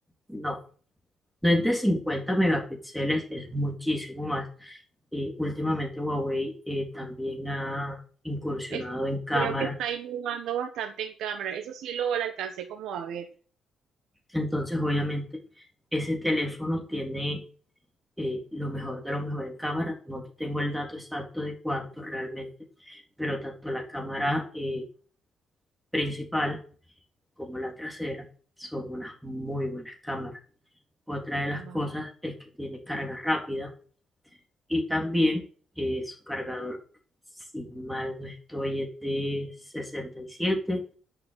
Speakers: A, in the centre; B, on the right.
A: no, no es de 50 megapíxeles, es muchísimo más. Eh, últimamente Huawei eh, también ha incursionado
B: Es-
A: en cámaras,
B: creo que está innovando bastante en cámara, eso sí lo, lo alcancé como a ver,
A: entonces obviamente ese teléfono tiene eh, lo mejor de lo mejor en cámara. No te tengo el dato exacto de cuánto realmente, pero tanto la cámara eh, principal como la trasera son unas muy buenas cámaras. Otra de las cosas
B: ¿vale?
A: es que tiene carga rápida y también eh, su cargador, si mal no estoy, es de sesenta y siete